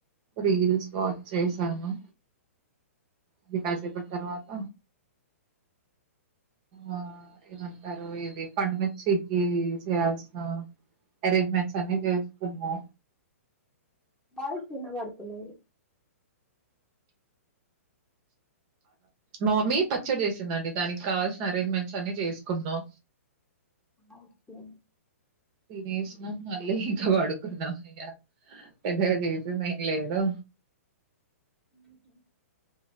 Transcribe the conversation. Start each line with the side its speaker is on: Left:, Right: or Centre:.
Right: రీల్స్ వాచ్ చేసాను. ఇగ కాసేపటి తర్వాత ఆ ఏమంటారు. ఇది పండుమిర్చ్చికి చేయాల్సిన అరేంజ్మెంట్స్ అన్ని చేసుకున్నా
Centre: వాయిస్ ఇనబాడుతలేదు.
Right: నవమి ప చ్చడు చేసింద అండి. దానికి కావాల్సిన అరేంజ్మెంట్స్ అన్ని జేసుకున్నాం.
Centre: ఓకే
Right: తినేసినం మళ్ళీ ఇక పడుకున్నాం ఇగ పెదగా చేసింది ఏం లేదో
Centre: ఉహుం